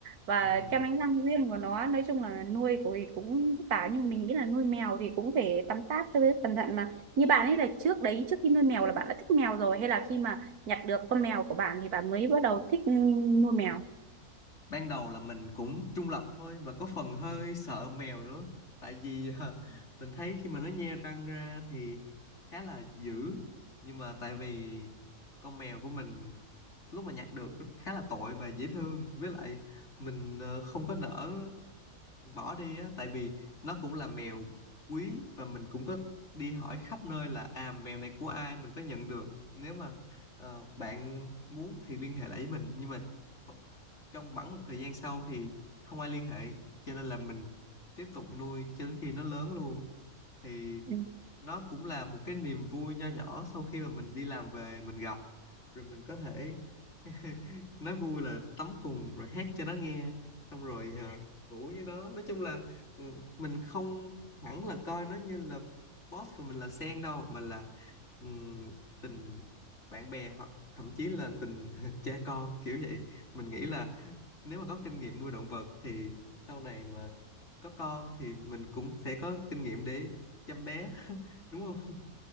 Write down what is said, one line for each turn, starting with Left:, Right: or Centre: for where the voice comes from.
Right: và
Left: Ừm,
Right: kem đánh răng riêng của nó nói chung là nuôi của thì cũng vất vả nhưng mà mình nghĩ là nuôi mèo thì cũng phải tắm táp với cẩn thận mà như bạn ấy là trước đấy trước khi nuôi mèo là bạn đã thích mèo rồi hay là khi mà nhặt được con mèo của bạn thì bạn mới bắt đầu thích ừ, nuôi mèo
Left: ban đầu là mình cũng trung lập thôi và có phần hơi sợ mèo nữa tại vì ờ, mình thấy khi mà nó nhe răng ra thì khá là dữ nhưng mà tại vì con mèo của mình lúc mà nhặt được khá là tội và dễ thương với lại mình ờ, không có nỡ bỏ đi á tại vì nó cũng là mèo quý và mình cũng có đi hỏi khắp nơi là à mèo này của ai mình có nhận được nếu mà ờ, bạn muốn thì liên hệ lại với mình nhưng mà kho- trong bẵng một thời gian sau thì không ai liên hệ cho nên là mình tiếp tục nuôi cho đến khi nó lớn luôn thì
Right: ừ.
Left: nó cũng là một cái niềm vui nho nhỏ sau khi mà mình đi làm về mình gặp rồi mình có thể <laughs> nói vui là tắm cùng rồi hát cho nó nghe xong rồi à, ngủ với nó nói chung là ừ, mình không hẳn là coi nó như là boss và mình là sen đâu mà là ừm, tình bạn bè hoặc thậm chí là tình <laughs> cha con kiểu vậy mình nghĩ là nếu mà có kinh nghiệm nuôi động vật thì sau này mà có con thì mình cũng sẽ có kinh nghiệm để chăm bé <laughs> đúng không